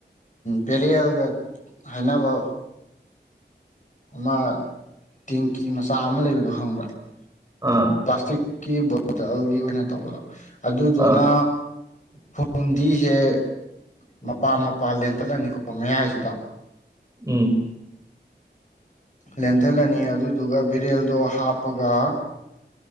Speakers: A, on the left (about 45°); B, on the right (about 20°).
A: ꯄꯦꯔꯦꯜꯒ ꯍꯥꯏꯅꯕ ꯑꯃ ꯇꯦꯡꯀꯤ ꯃꯆꯥ ꯑꯃ ꯂꯩꯕꯗꯣ ꯍꯪꯕ꯭ꯔꯥ
B: ꯑꯥ
A: ꯎ ꯄ꯭ꯂꯥꯁꯇꯛ ꯀꯤ ꯕꯇꯜꯒꯤ ꯑꯣꯏꯅ ꯇꯧꯕꯗꯣ ꯑꯗꯨꯗꯨꯣꯅ
B: ꯑꯥ
A: ꯐꯨꯝꯗꯤꯁꯦ ꯃꯄꯥꯥꯟ ꯃꯄꯥꯥꯟ ꯂꯦꯟꯊꯠꯂꯅꯤꯀꯣ ꯃꯌꯥꯏꯁꯤꯗ
B: ꯎꯝ
A: ꯂꯦꯟꯊꯜꯂꯅꯤ ꯑꯗꯨꯗꯨꯒ ꯕꯦꯔꯦꯜꯗꯣ ꯍꯥꯞꯄꯒ